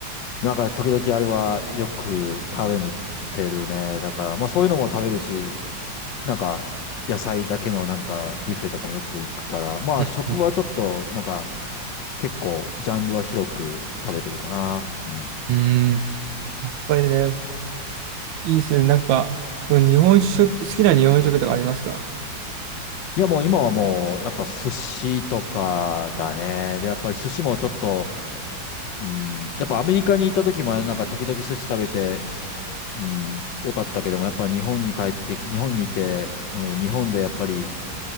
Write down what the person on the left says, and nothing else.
なんか時々あれはよく食べに行ってるね。だから、まあそういうのも食べるし、なんか野菜だけのなんかビュッフェとかもよく行くから、まあ食はちょっとなんか
結構ジャンルは広く食べてるかな。うん。
いやもう今はもうやっぱ寿司とかだね。で、やっぱり寿司もちょっと、うん、やっぱアメリカに行った時もなんか時々寿司食べて、うん、よかったけども、やっぱり日本に帰って日本にいて、うん、日本でやっぱり、